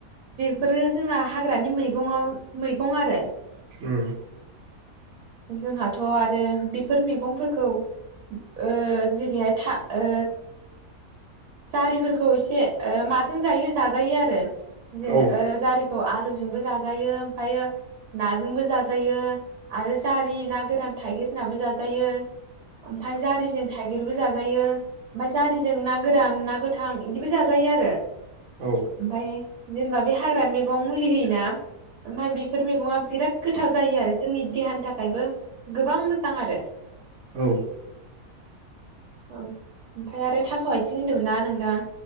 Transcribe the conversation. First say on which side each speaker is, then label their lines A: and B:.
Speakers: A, on the right; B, on the right.
A: फोरो जोंना हाग्रानि मैगंआव मै गं आरो।
B: उम
A: जोंहाथ' आरो बिफोर मिगंफोरखौ ओ जेरैहाय था ओ जारिफोरखौ एसे ओ माजों जायो जाजायो आरो। जे
B: औ
A: ओ जारि खौ आलुजोंबो जाजायो ओमफायो नाजोंबो जाजायो। आरो जारि ना गोरान थाइगिर होनाबो जाजायो। ओमफाय जारिजों थाइगिरबो जाजायो ओमफाय जारिजों ना गोरान ना गोथां इदिबो जाजायो आरो।
B: औ
A: ओमफाय जेनेबा बे हाग्रानि मेगं मुलि होयिना ओमफ्राय बि फोर मेगंआ बिराद गोथाव जायो आरो जोंनि देहानि थाखा खायबो गोबां मोजां आरो।
B: औ
A: औ ओमफाय आरो थास' आइथिं होनदोंमोन ना नोंथां?